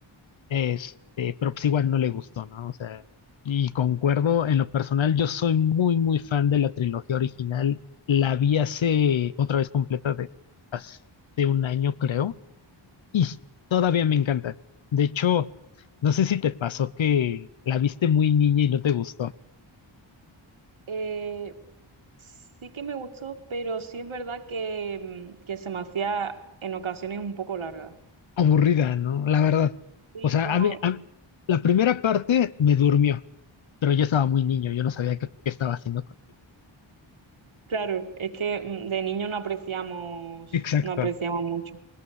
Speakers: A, on the left; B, on the right.
A: Este, pero pues igual no le gustó, ¿no? O sea, y concuerdo, en lo personal, yo soy muy, muy fan de la trilogía original. La vi hace, otra vez completa, de hace un año, creo, y todavía me encanta. De hecho, no sé si te pasó que la viste muy niña y no te gustó.
B: Eh, sí que me gustó, pero sí es verdad que, mm, que se me hacía en ocasiones un poco larga.
A: Aburrida, ¿no? La verdad.
B: Sí,
A: O sea,
B: como,
A: a mí, a- la primera parte me durmió, pero yo estaba muy niño, yo no sabía qué, qué estaba haciendo contigo.
B: claro, es que mm, de niño no apreciamos,
A: Exacto,
B: no apreciamos mucho.